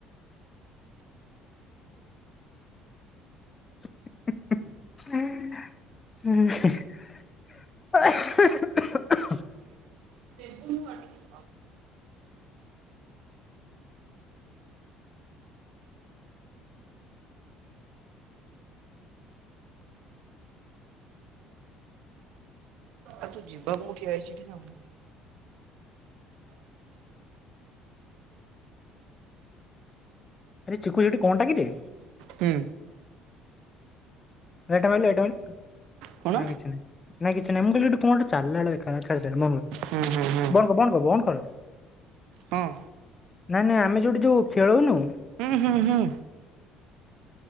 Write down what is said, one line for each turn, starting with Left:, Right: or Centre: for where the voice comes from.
Left: ହିଁ ହିଁ ହିଁ ହେଁ ହେ ହେ। <unintelligible>
Right: <unintelligible> ଆ ତୁ ଯିବାକୁଁ ମୁଁ ଠିଆ ହେଇଛି ଏଇଠି ଯାଉନୁ।
Left: ଆରେ ଚିକୁ ସେଟି କଣଟା କିରେ?
Right: ହୁଁ।
Left: ଲାଇଟା ମାଇଲୁ ଲାଇଟା ମାଇଲୁ
Right: କଣ
Left: ନାଁ କିଛି ନାହିଁ। ନାଇଁ କିଛି ନାଇ ମୁଁ କହିଲି ଗୋଟେ କଣ ଗୋଟେ ଚାଲିଲା ଭଳିଆ ଦେଖା ଯାଉଚି ଛାଡ ଛାଡ଼ ମୋ,
Right: ହୁଁ ହୁଁ ହୁଁ
Left: ବନ୍ଦ କର ବନ୍ଦ କର।
Right: ହଁ
Left: ନାଇଁ ନାଇଁ ଆମେ ଯୋଉଠି ଯୋଉ ଖେଳଉନୁ
Right: ହୁଁ ହୁଁ ହୁଁ।